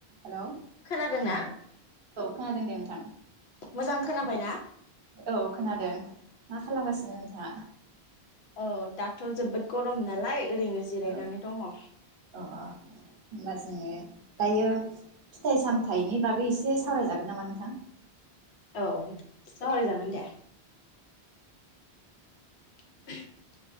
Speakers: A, on the right; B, on the left.
A: हेल' औ
B: खोनादोंना
A: खानादों। दे नोथां
B: मोजां खोनाबायना
A: औ खोनादों। मा खालामगासिनो नोंथाङा?
B: औ दाथ' जोबोद गरम नालाय ओरैनो जिरायनानै
A: औ
B: दङ औ
A: अ होमबा जोङो दायो फिथाइ सामथायाइनि बागै एसे सावरायजागोन नामा नोंथां?
B: औ सहराय जागोन दे <unintelligible>